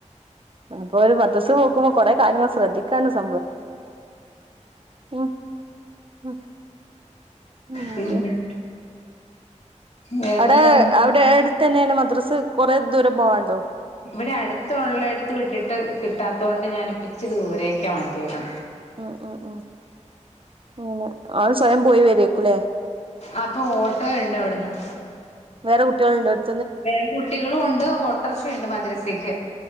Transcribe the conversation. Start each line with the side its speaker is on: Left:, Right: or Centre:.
Right: അപ്പൊ ഒരു പത്തൊസം ഓകുമ്പോ കൊറേ കാര്യങ്ങള് ശ്രദ്ധിക്കാന്ന് സ <unintelligible> ആ അ <unintelligible>
Left: പിന്നെ വേറെന്തുണ്ട്
Right: അവ്ടെ അവ്ടേ ടിസ് തന്നെണോ മദ്രസ്സ് കൊറേ ദൂരെ പോവാണ്ടോ?
Left: വിടെ അടുത്തുള്ളേട്ത് വിട്ടിട്ട് കിട്ടാത്തോണ്ട് ഞാനിപ്ച്ചിരി ദൂരേക്ക മാറ്റിയത്
Right: അ അ ആ ഇല്ല അഹ് സ്വയം പോയി വരേക്കുല്ലേ
Left: അപൊ ഓട്ടോണ്ട് അവിട്ന്ന്
Right: വേറെ കുട്ട്യോള്ണ്ടോ
Left: വേറേം കുട്ടികളൊണ്ട് ഓട്രാശേംണ്ട് മദ്രസെക്ക്